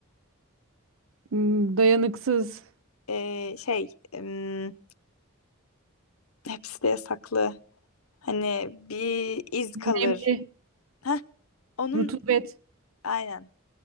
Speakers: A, on the right; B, on the left.
A: m, dayanıksız.
B: ee, şey em, hepsi de yasaklı. Hani bir iz kalır.
A: Nemli.
B: Heh, onun
A: Rutubet.
B: aynen